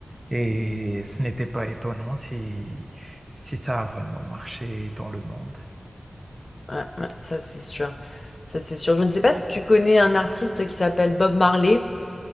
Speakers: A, on the right (about 20°); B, on the left (about 55°).
A: Et ce n'était pas étonnant si, si ça a vraiment marché dans le monde.
B: Ouais, ouais, ça c'est sûr. Ça c'est sûr. Je ne sais pas si tu connais un artiste qui s'appelle Bob Marley.